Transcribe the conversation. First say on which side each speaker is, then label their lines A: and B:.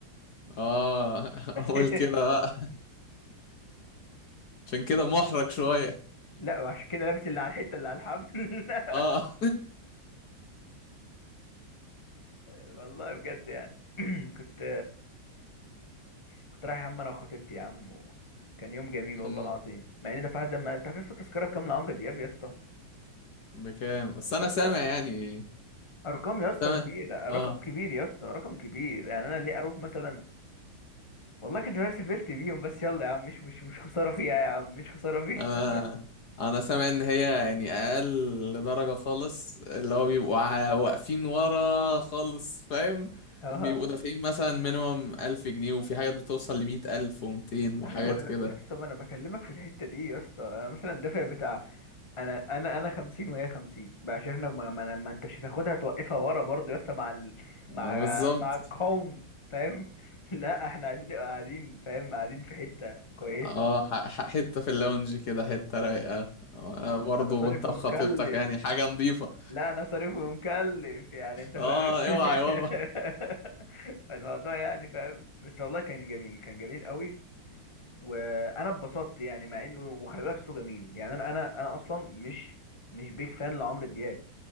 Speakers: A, on the left (about 55°); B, on the left (about 15°).
A: اه <laughs>
B: <laughs>
A: قول كده بقى عشان كده محرج شوية
B: لا وعشان كده لابس اللي على الحتة اللي على الحفل <laughs>
A: اه
B: والله بجد يعني <clears throat> كنت كنت رايح يا عم انا وخطيبتي يا عم وكان يوم جميل
A: <laughs>
B: والله
A: أمم،
B: العظيم مع اني دفعت دم انت عارف يا اسطى التذكره بكام لعمرو دياب يا اسطى
A: بكام بس انا
B: يا اسطى
A: سامع يعني
B: ارقام يا اسطى
A: سامع
B: كبيره رقم
A: آه.
B: كبير يا اسطى رقم كبير يعني انا ليه اروح مثلا والله كان زمان سافرت بيهم بس يلا يا عم مش مش مش خساره فيها يا عم مش خساره فيها
A: انا انا سامع ان هي يعني اقل درجة خالص اللي هو بيبقوا ع- واقفين ورا خالص فاهم
B: <laughs>
A: بيبقوا دافعين مثلا مينيمم ألف جنيه وفي حاجات بتوصل لمية ألف ومتين وحاجات
B: ايوه
A: كده
B: يا اسطى ما انا بكلمك في الحته دي يا اسطى انا مثلا دافع بتاع انا انا انا 50 وهي 50 بقى عشان احنا ما, ما, ما انت مش هتاخدها توقفها ورا برضه يا اسطى مع ال...
A: آه،
B: مع
A: بالظبط
B: مع القوم فاهم <laughs> لا احنا عايزين نبقى قاعدين فاهم قاعدين في حته كويسه
A: اه ح- ح- حتة في اللونج كده حتة رايقة آه، برضه
B: انا صارف
A: وانت
B: ومكلف
A: وخطيبتك يعني حاجة نظيفة
B: لا انا صارف ومكلف يعني انت فاهم
A: اه اوعى
B: <laughs>
A: يابا
B: الموضوع يعني فاهم بس والله كان جميل كان جميل قوي وانا اتبسطت يعني مع انه وخلي بالك صوته جميل يعني انا انا انا اصلا مش مش بيك فان لعمرو دياب